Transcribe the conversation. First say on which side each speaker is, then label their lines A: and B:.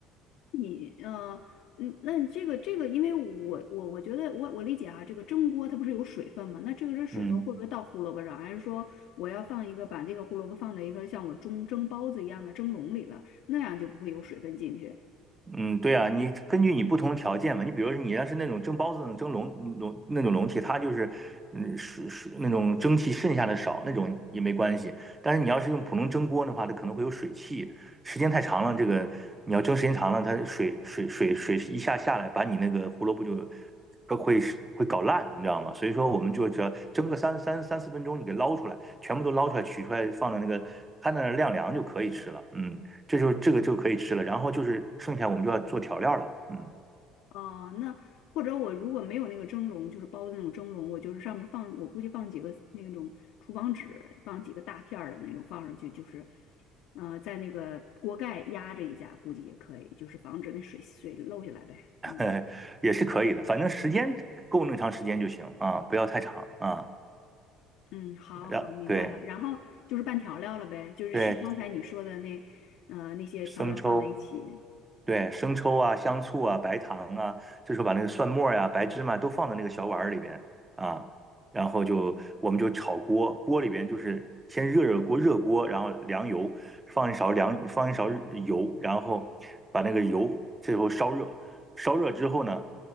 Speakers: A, on the left; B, on the right.
A: 你呃，嗯，那你这个这个，因为我我我觉得我我理解啊，这个蒸锅它不是有水分吗？那这个这水分会不会到胡萝卜上，
B: 嗯。
A: 还是说我要放一个把这个胡萝卜放在一个像我蒸蒸包子一样的蒸笼里了，那样就不会有水分进去？
B: 嗯，对啊，你根据你不同的条件嘛，你比如说你要是那种蒸包子那种蒸笼笼那种笼屉，它就是嗯是是那种蒸汽剩下的少，那种也没关系。但是你要是用普通蒸锅的话，它可能会有水汽，时间太长了，这个你要蒸时间长了，它水水水水一下下来，把你那个胡萝卜就都会会搞烂，你知道吗？所以说我们就只要蒸个三三三四分钟，你给捞出来，全部都捞出来，取出来放在那个摊在那儿晾凉就可以吃了。嗯。这就这个就可以吃了，然后就是剩下我们就要做调料了，嗯，
A: 哦，那或者我如果没有那个蒸笼，就是包的那种蒸笼，我就是上面放，我估计放几个那种厨房纸，放几个大片儿的那种放上去，就是，呃，在那个锅盖压着一下，估计也可以，就是防止那水水漏下来呗。
B: <laughs>
A: 嗯
B: 也是可以的，反正时间够那么长时间就行啊，不要太长啊。
A: 嗯，好，
B: 然对
A: 我明白了。然后就就是是是拌调调料料了呗，就是是刚才你说的那那呃那些调料放在一起。
B: 对，生抽，对，生抽啊、香醋啊、白糖啊，这时候把那个蒜末呀、白芝麻都放到那个小碗儿里边啊，然后就我们就炒锅，锅里边就是先热热锅，热锅，然后凉油，放一勺凉，放一勺油，然后把那个油最后烧热，烧热之后呢，